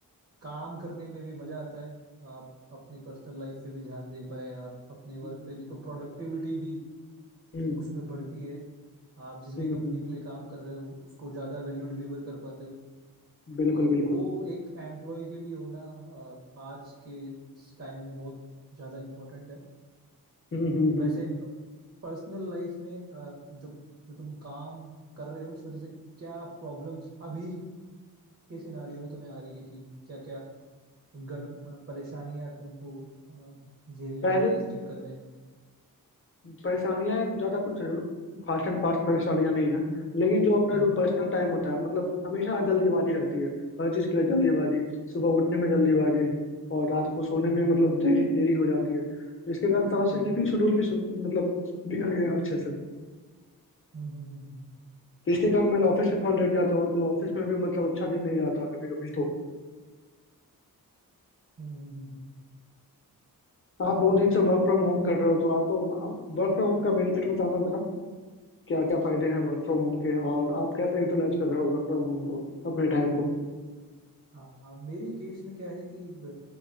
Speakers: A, on the right (about 40°); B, on the left (about 35°).
A: काम करने में भी मजा आता है आप अपनी पर्सनल लाइफ पे भी ध्यान दे पाए आप अपने
B: हम्म
A: वर्क पे भी तो प्रोडक्टिविटी भी
B: हम्म
A: उसमें बढ़ती है आप जिस भी
B: हम्म,
A: कंपनी
B: हम्म।
A: के लिए काम कर रहे हो उसको ज़्यादा वैल्यू डिलीवर कर पाते हो
B: बिल्कुल
A: तो
B: बिल्कुल
A: वो एक एम्प्लॉय के लिए होना अ, आज के इस टाइम में बहुत ज़्यादा इम्पोर्टेंट है
B: हम्म हम्म
A: वैसे
B: हम्म।
A: पर्सनल लाइफ में अ, जो जो तुम काम कर रहे हो उस वजह से क्या प्रॉब्लम्स अभी के सिनारियो में तुम्हें आ रही है कि क्या क्या गड़ परेशानियां तुमको अ, झेलनी
B: पहले
A: पड़ रही है इस चक्कर में
B: परेशानियां ज्यादा कुछ फास्ट एंड फास्ट परेशानियां नहीं है लेकिन जो अपना
A: हम्म
B: जो पर्सनल टाइम होता है मतलब हमेशा जल्दीबाजी रहती है हर चीज के लिए जल्दीबाजी सुबह उठने में जल्दीबाजी और रात को सोने
A: हम्म
B: में मतलब देरी देरी हो जाती है तो इसके कारण सारा
A: हम्म
B: स्लीपिंग शेड्यूल भी सु- मतलब बिगड़ गया अच्छे से
A: हम्म हम्म हम्म
B: तो इसके कारण मैं ऑफिस से थोड़ा लेट जाता हूँ तो ऑफिस में भी मतलब अच्छा दिन नहीं जाता कभी कभी तो
A: हम्म, हम्म।
B: आप बहुत दिन से वर्क फ्रॉम होम कर रहे हो तो आपको वर्क फ्रॉम होम का बेनिफिट बताना क्या क्या फायदे हैं वर्क फ्रॉम होम के और आप कैसे यूटिलाइज कर रहे हो वर्क फ्रॉम होम को अपने टाइम को
A: हाँ हाँ, मेरे केस में क्या है कि ब,